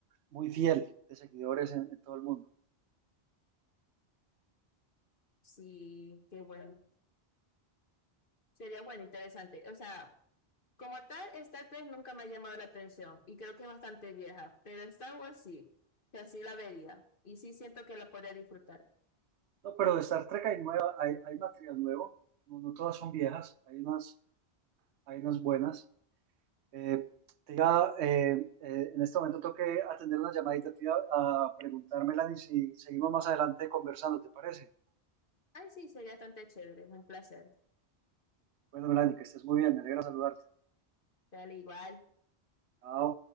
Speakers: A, on the right; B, on the left.
A: muy fiel de seguidores en en todo el mundo.
B: Sí, qué bueno. Sería bueno, interesante. O sea, Como tal, Star Trek nunca me ha llamado la atención y creo que es bastante vieja, pero Star Wars sí, que así la vería y sí siento que la podría disfrutar.
A: No, pero de Star Trek hay nueva, hay, hay material nuevo, no, no todas son viejas, hay unas, hay unas buenas. Eh, te iba, eh, eh, en este momento tengo que atender una llamadita, te iba a preguntar, Melanie, si seguimos más adelante conversando, ¿te parece?
B: Ay, sí, sería bastante chévere, es un placer.
A: Bueno, Melanie, que estés muy bien, me alegra saludarte.
B: Dale igual.
A: Chao.